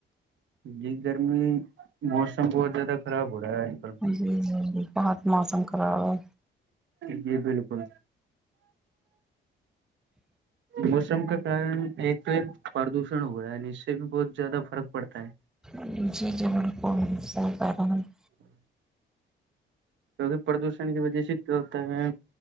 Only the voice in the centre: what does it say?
جی جی بہت موسم خراب ہے
<unintelligible>